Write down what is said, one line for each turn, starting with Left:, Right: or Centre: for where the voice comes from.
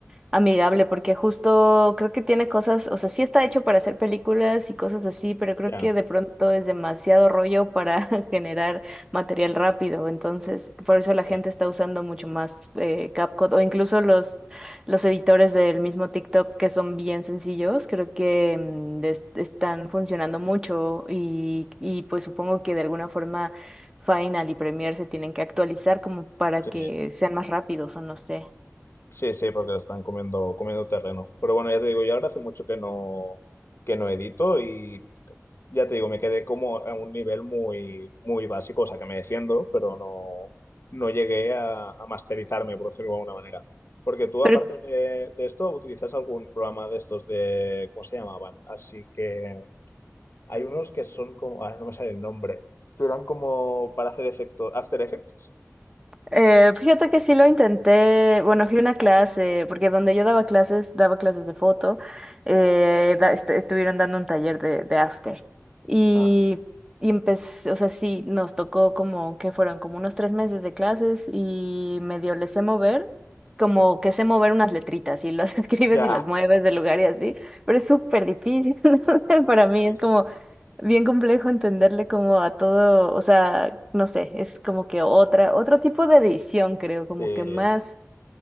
Right: amigable, porque justo creo que tiene cosas, o sea, sí está hecho para hacer películas y cosas así, pero creo
Left: Ya,
Right: que de pronto es demasiado rollo para <laughs> generar material rápido, entonces por eso la
Left: ya.
Right: gente está usando mucho más eh, CapCut o incluso los, los editores del mismo TikTok que son bien sencillos, creo que mm, es- están funcionando mucho y, y pues supongo que de alguna forma Final y Premiere se tienen que actualizar como para
Left: Sí,
Right: que sean más rápidos o no sé.
Left: sí, sí, porque están comiendo, comiendo terreno. Pero bueno, ya te digo, yo ahora hace mucho que no, que no edito y ya te digo, me quedé como a un nivel muy, muy básico, o sea que me defiendo, pero no, no llegué a, a masterizarme, por decirlo de alguna manera. Porque tú,
Right: Pero
Left: aparte de, de esto, utilizas algún programa de estos de, ¿cómo se llamaban? Así que hay unos que son como, ahora no me sale el nombre, que eran como para hacer efectos, After Effects.
Right: Eh, fíjate que sí lo intenté, bueno, fui a una clase, porque donde yo daba clases, daba clases de foto, eh, da- est- estuvieron dando un taller de, de after. Y,
Left: Ajá.
Right: y empecé, o sea, sí, nos tocó como que fueron como unos tres meses de clases y medio le sé mover, como que sé mover unas letritas y las <laughs> escribes
Left: Ya,
Right: y las mueves de lugar y así, pero es súper difícil <laughs> para mí,
Left: sí,
Right: es
Left: sí,
Right: como bien complejo entenderle como a todo, o sea, no sé, es como que otra, otro tipo de edición, creo, como
Left: sí,
Right: que más,